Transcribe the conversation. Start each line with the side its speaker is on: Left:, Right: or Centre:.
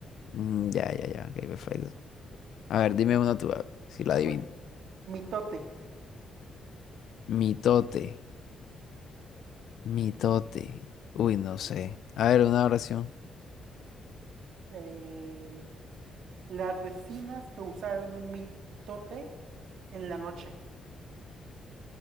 Left: Mm, ya, ya, ya, ok, perfecto. A ver, dime una tú, a ver, si la adivino.
Right: A ver, mitote.
Left: Mitote, mitote. Uy, no sé. A ver, una oración.
Right: eh, las vecinas causaron un mitote en la noche.